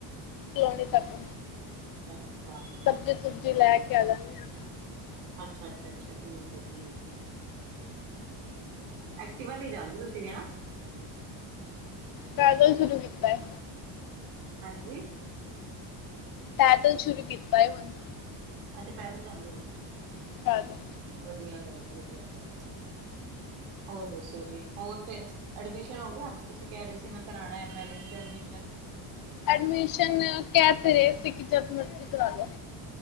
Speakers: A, on the left; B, on the right.
A: ਕਲੋਨੀ ਤੱਕ।
B: ਅੱਛਾ।
A: ਸਬਜ਼ੀ ਸੁਬਜੀ ਲੈ ਕੇ ਆ ਜਾਂਦੇ ਆ।
B: ਅੱਛਾ-ਅੱਛਾ, ਅੱਛਾ ਠੀਕ ਹੈ, ਠੀਕ ਹੈ। ਐਕਟੀਵਾ ਤੇ ਹੀ ਜਾਂਦੇ ਤੁਸੀਂ ਣਾ
A: ਪੈਦਲ ਸ਼ੁਰੂ ਕੀਤਾ ਏ।
B: ਹਾਂਜੀ।
A: ਪੈਦਲ ਸ਼ੁਰੂ ਕੀਤਾ ਏ ਹੁਣ।
B: ਅੱਛਾ, ਪੈਦਲ ਜਾਂਦੇ ਓ ਹੁਨ।
A: <unintelligible> ਹਾਂਜੀ
B: ਵਧੀਆ ਗੱਲ ਹੈ ਵਧੀਆ ਗੱਲ, ਹੋਰ ਦੱਸੋ ਜੀ ਹੋਰ ਫਿਰ ਐਡਮਿਸ਼ਨ ਹੋ ਗਿਆ, ਤੁਸੀਂ ਕਹਿ ਰਹੇ ਸੀ ਮੈਂ ਕਰਾਣਾ ਐਮ ਐਲ ਐਨ ਚ ਐਡਮਿਸ਼ਨ
A: ਐਡਮਿਸ਼ਨ ਕਹਿ ਤੇ ਰਹੇ ਸੀ, ਜਦ ਮਰਜ਼ੀ ਕਰਾ ਲੋ